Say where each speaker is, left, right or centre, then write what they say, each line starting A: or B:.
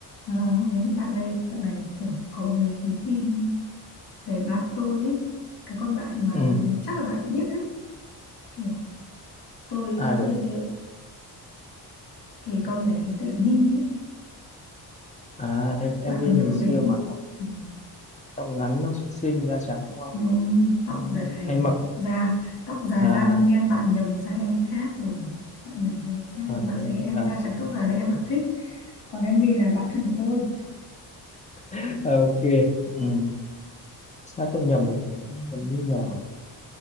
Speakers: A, on the left; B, on the left.
A: À, ấy, bạn ơi, dạo này kiểu có mấy cái tin về bạn tôi ấy, cái con bạn mà
B: ừ
A: chắc là bạn cũng biết đấy, kiểu tôi
B: ai
A: ờ, tự
B: vậy
A: nhiên tôi lại- cái con bé tên là My ấy,
B: à em em
A: bạn
B: mi
A: còn nhớ
B: ngày
A: con
B: xưa
A: bé đấy,
B: mà tóc
A: Ừ,
B: tóc ngắn nó xinh xinh da trắng đúng không
A: Nó tóc
B: hay
A: dài,
B: hay, hay mặc
A: da tóc dài
B: à
A: da ngăm đen bạn nhầm sang em khác rồi, bạn nhầm sang em khác,
B: à,
A: rồi. bạn
B: thế,
A: em
B: à,
A: da
B: à,
A: trắng tóc dài
B: à.
A: là em bạn thích, còn em My là bạn thân của tôi,
B: <laughs> ok ừ. sao tôi nhầm được nhỉ Em nhầm mi nào